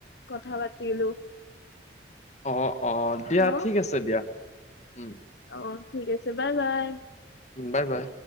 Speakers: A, on the left; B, on the left.
A: কথা পাতিলো।
B: অহ অহ দিয়া
A: ন?
B: ঠিক আছে দিয়া উম।
A: অহ ঠিক আছে বাই বাই।
B: উম বাই বাই।